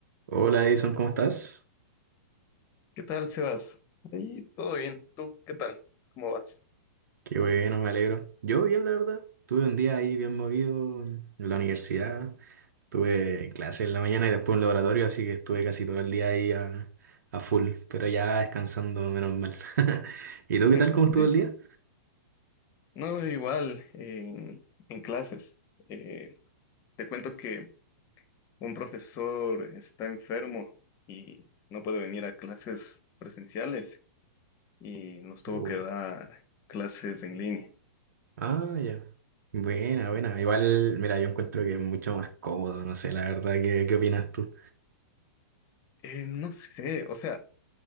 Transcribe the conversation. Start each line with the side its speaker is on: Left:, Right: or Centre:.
Right: Hola Edison, ¿cómo estás?
Left: ¿Qué tal, Sebas? Ahí todo bien. ¿Tú qué tal? ¿Cómo vas?
Right: Qué bueno, me alegro. Yo bien, la verdad. Tuve un día ahí bien movido en la universidad. Tuve clases en la mañana y después un laboratorio, así que estuve casi todo el día ahí a, a full, pero ya descansando, menos mal. <laughs> ¿Y tú
Left: <laughs>
Right: qué tal? ¿Cómo estuvo
Left: Sí.
Right: el día?
Left: No, igual, en, en clases. Eh, te cuento que un profesor está enfermo y no puede venir a clases presenciales y nos tuvo
Right: Oh.
Left: que dar clases en línea.
Right: Ah, ya. Buena, buena. Igual, mira, yo encuentro que es mucho más cómodo, no sé, la verdad, ¿qué, qué opinas tú?
Left: Eh, no sé, o sea,